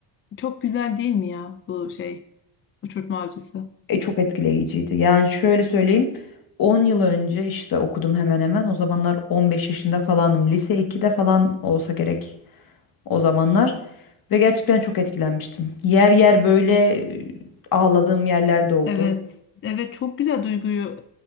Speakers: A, on the left (about 30°); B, on the left (about 50°).
A: çok güzel değil mi ya bu şey? Uçurtma avcısı.
B: E, çok etkileyiciydi. Yani şöyle söyleyeyim. 10 yıl önce işte okudum hemen hemen. O zamanlar 15 yaşında falanım. Lise 2'de falan olsa gerek o zamanlar. Ve gerçekten çok etkilenmiştim. Yer yer böyle e, ağladığım yerler de oldu.
A: Evet, evet çok güzel duyguyu